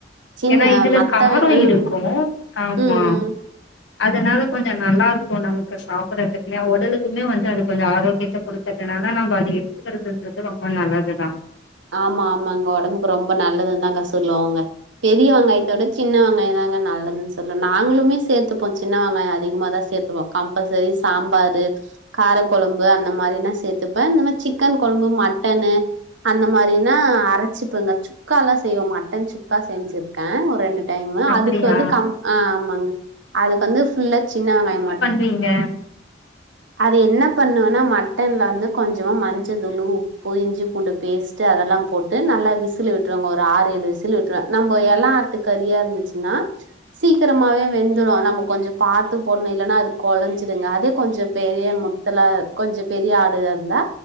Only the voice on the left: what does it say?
ஏன்னா இதுல
காரோ
இருக்கும் ஆமா
அதனால கொஞ்ச நல்லா இருக்கும் நமக்கு சாப்புட்றதுக்குனே உடலுக்குமே வந்து அது கொஞ்ச ஆரோ கேட்ட குடுத்ததுனால நம்ம அது எடுத்துக்கிறதுன்றது ரொம்ப நல்லதுதா
அப்படியா
இங்க